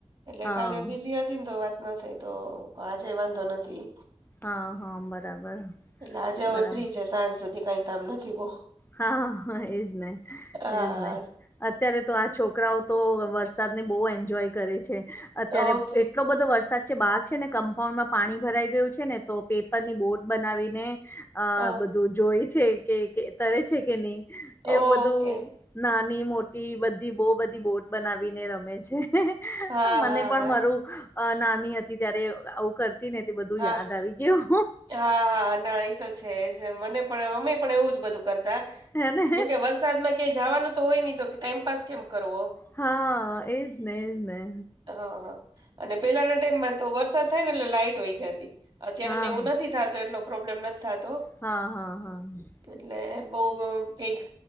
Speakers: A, on the right (about 45°); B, on the left (about 20°).
A: એટલે
B: હા
A: કાલે બીઝી હતી ને તો વાત ન થઈ તો આજે વાંધો નથી.
B: હા હા બરાબર
A: એટલે આજે હવે
B: બરાબર
A: ફ્રી છે સાંજ સુધી કાઈ કામ નથી બહ
B: હા હા એજ
A: હા
B: એજ
A: હા
B: અત્યારે તો આ છોકરાઓ તો વરસાદને બહુ એન્જોય કરે છે અત્યારે
A: ઓકે
B: એટલો બધો વરસાદ છે બહાર છે ને કમ્પાઉન્ડ માં પાણી ભરાઈ ગયું છે ને તો પેપર ની બોર્ટ બનાવીને અ
A: ઓ
B: બધું જોય છે કે તરે છે કે નહી એવું
A: ઓકે
B: બધું નાની મોટી બધી બહુ બધી બોટ બનાવીને રમે છે.
A: હા
B: મને
A: હા
B: પણ
A: હા
B: મારું નાની હતી ત્યારે આવું કરતી તી ને તો બધું
A: હા
B: યાદ આવી ગયું
A: હા હા ના એ તો છે જ મને પણ અમે પણ એવું જ બધું કરતા
B: હેને
A: કેમ કે વરસાદમાં ક્યાયા જવાનું તો હોય નહી તો ટાઈમપ કેમ કરવો
B: હા એજ ને એજ ને
A: અ હ હ અને પેલાના ટાઈમમાં તો વરસાદ થાય ને એટલે લાઈટ વય જાતી અત્યારે
B: હા
A: તો એવું નથી થાતું એટલો પ્રોબ્લેમ નથી થાતો.
B: હા હા હાા
A: એટલે બઉ કઈક